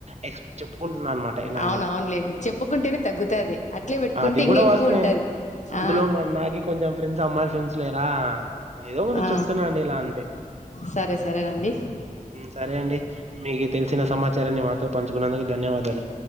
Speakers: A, on the right; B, on the left.
A: ఎక్స్ చెప్పుకుంటున్నా అనమాట ఇలా
B: అవును
A: అని.
B: అవునులేండి చెప్పుకుంటేనే తగ్గుతది అట్లే పెట్టుకుంటే
A: అది
B: ఇంకా
A: కూడా
B: ఎక్కువ
A: వాస్తమే.
B: ఉంటది
A: అందులో
B: ఆ
A: మన నాకి కొంచెం ఫ్రెండ్స్ అమ్మాయిల ఫ్రెండ్స్ లేరా ఏదో మీకు
B: ఆ
A: చెప్తున్నా నాండి ఇలా అంతే.
B: సరే సరేనండి
A: సరే అండి మీకు తెలిసిన సమాచారాన్ని మా తో పంచుకున్నందుకు ధన్యవాదాలు,